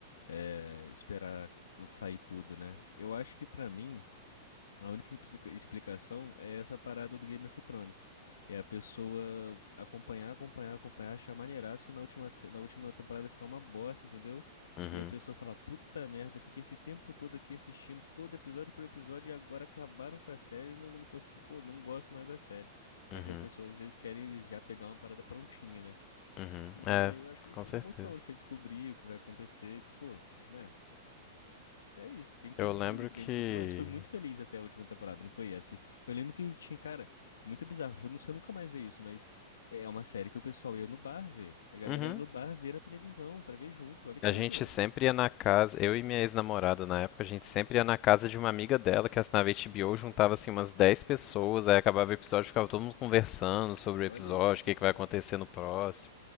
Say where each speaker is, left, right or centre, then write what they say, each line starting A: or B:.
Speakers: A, on the left (about 75°); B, on the left (about 35°).
A: eh, esperar sair tudo, né? Eu acho que, pra mim, a única explica- explicação é essa parada do Game of Thrones. É a pessoa acompanhar, acompanhar, acompanhar, achar maneiraço e na última, se- na última temporada ficar uma bosta, entendeu?
B: Uhum.
A: E a pessoa falar, puta merda, fiquei esse tempo todo aqui assistindo todo episódio por episódio e agora acabaram com a série e não, não consigo, pô, não gosto mais da série. Acho
B: Uhum.
A: que as pessoas às vezes querem já pegar uma parada prontinha, né?
B: Uhum.
A: Mas
B: É,
A: aí eu acho que não
B: com
A: tem
B: certeza.
A: emoção de você descobrir o que vai acontecer, tipo, pô, né? É isso. Quem, quem
B: Eu lembro
A: viu Game
B: que.
A: of Thrones foi muito feliz até a última temporada, não foi essa? Eu lembro que tinha, cara, muito bizarro. Eu não sei, eu nunca mais ver isso, mas é uma série que o pessoal ia no bar ver. A galera
B: Uhum.
A: ia no bar ver na televisão pra ver junto. Olha que
B: A
A: doideira.
B: gente sempre ia na casa, eu e minha ex-namorada na época, a gente sempre ia na casa de uma amiga dela que assinava HBO, juntava assim umas 10 pessoas, aí acabava o episódio, ficava todo mundo conversando sobre o
A: Olha
B: episódio,
A: isso,
B: o que que
A: cara.
B: vai acontecer no próximo.